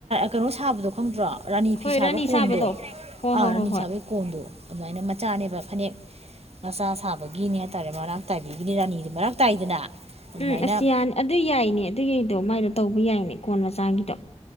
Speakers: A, on the right; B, on the left.
A: ꯀꯩꯅꯣ ꯁꯥꯕꯗꯣ ꯈꯪꯗ꯭ꯔꯣ ꯔꯥꯅꯤ ꯐꯤ
B: ꯍꯣꯏ
A: ꯁꯥꯕ
B: ꯔꯥꯅꯤ
A: ꯀꯣꯟꯗꯣ
B: ꯁꯥꯕꯗꯣ ꯍꯣꯏ
A: ꯑꯥ
B: ꯍꯣꯏ
A: ꯔꯥꯅꯤ
B: ꯍꯣꯏ ꯍꯣꯏ
A: ꯁꯥꯕꯒꯤ ꯀꯣꯟꯗꯣ ꯑꯗꯨꯃꯥꯏꯅ ꯃꯆꯥꯅꯦꯕ ꯐꯅꯦꯛ ꯃꯆꯥ ꯁꯥꯕꯒꯤꯅꯤ ꯍꯥꯏꯇꯥꯔꯦ ꯃꯔꯥꯛ ꯇꯥꯏꯕꯤꯒꯤꯅꯤ ꯔꯥꯅꯤꯗꯤ ꯃꯔꯛ ꯇꯥꯏꯗꯅ ꯑꯗꯨꯃꯥꯏꯅ
B: ꯎꯝ ꯑꯁ ꯌꯥꯅꯤ ꯑꯗꯨ ꯌꯥꯏꯅꯦ ꯑꯗꯨꯒꯤꯗꯣ ꯃꯥꯏꯗꯣ ꯇꯧꯕ ꯌꯥꯏꯅꯦ ꯀꯣꯟ ꯃꯆꯥꯒꯤꯗꯣ